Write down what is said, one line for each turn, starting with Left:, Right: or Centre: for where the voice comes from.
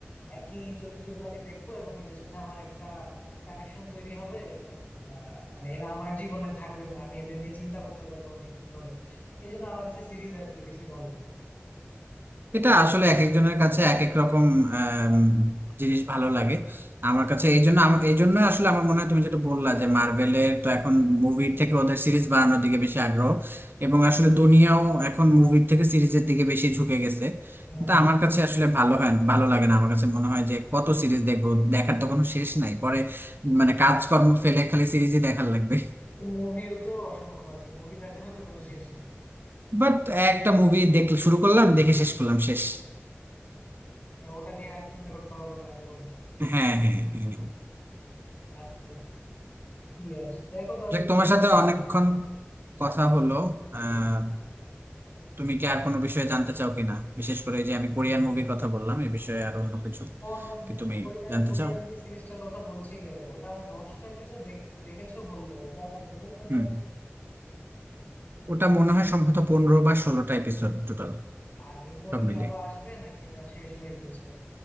Left: একই চরিত্রগুলাকে দেখবো এবং এদের সাথে আমার একটা কানেকশন তৈরি হবে এবং বা, মানে এরা আমার জীবনে থাকবে মানে আমি এদের নিয়ে চিন্তা করতে পারবো অনেকদিন ধরে এই জন্য আমার কাছে সিরিজ আর কি বেশি ভালো লাগে তো
Right: এটা আসলে এক একজনের কাছে এক এক রকম আম, জিনিস ভালো লাগে আমার কাছে এই জন্য আমা- এই জন্য আসলে আমার মনে হয় তুমি যেটা বললা যে মার্ভেলের তো এখন মুভির থেকে ওদের সিরিজ বানানোর দিকে বেশি আগ্রহ এবং আসলে দুনিয়াও এখন মুভির থেকে সিরিজের দিকে বেশি ঝুঁকে গেছে
Left: হ্যাঁ
Right: তা আমার কাছে আসলে ভালো হয় ভালো লাগে না আমার কাছে মনে হয় যে কত সিরিজ দেখবো দেখার তো কোনো শেষ নাই পরে মানে কাজকর্ম ফেলে খালি সিরিজই দেখার লাগবে
Left: মুভিও তো অসংখ্য আছে মুভি দেখারও তো কোনো শেষ নাই
Right: বাট একটা মুভি দেখলে শুরু করলাম দেখে শেষ করলাম শেষ
Left: ওটা নিয়ে আর চিন্তা করতে হবে না এরকম
Right: হ্যাঁ হ্যাঁ হ্যাঁ
Left: আচ্ছা। ইয়েস দেখো তাহলে
Right: যে তোমার
Left: মুভি
Right: সাথে অনেকক্ষণ কথা হলো আহ তুমি কি আর কোনো বিষয়ে জানতে চাও কিনা বিশেষ করে এই যে আমি কোরিয়ান মুভির কথা বললাম এই বিষয়ে আর অন্য কিছু
Left: ও হ্যাঁ হ্যাঁ
Right: কি তুমি
Left: কোরিয়ান
Right: জানতে
Left: কোরিয়ান
Right: চাও
Left: যে সিরিজটার কথা বলছিলে ওটা দশটা এপিসোড দেখেছো বললে ওটা টোটাল কয়টা
Right: হুম
Left: এপিসোড
Right: ওটা মনে হয় সম্ভবত পনেরো বা ষোলোটা এপিসোড টোটাল
Left: আর এরপরে
Right: সব
Left: কি
Right: মিলে
Left: আরো আসবে নাকি এটা শেষ হয়ে গেছে